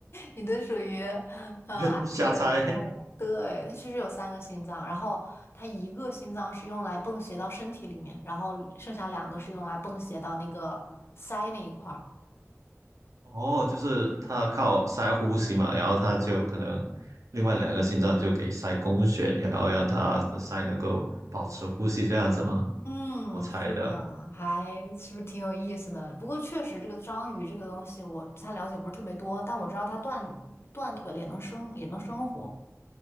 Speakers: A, on the left; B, on the right.
A: 你的属于，呃，阿克之类的对，
B: <laughs> 瞎猜
A: 它其实有三个心脏，然后它一个心脏是用来泵血到身体里面，然后剩下两个是用来泵血到那个鳃那一块儿。
B: 哦，就是他靠塞呼吸嘛，然后他就可能另外两个心脏就给塞供血，然后让他的塞能够保持呼吸这样子吗？
A: 嗯，
B: 我猜的。
A: 是的，还是不是挺有意思的？不过确实，这个章鱼这个东西，我它了解不是特别多，但我知道它断断腿了也能生，也能生活。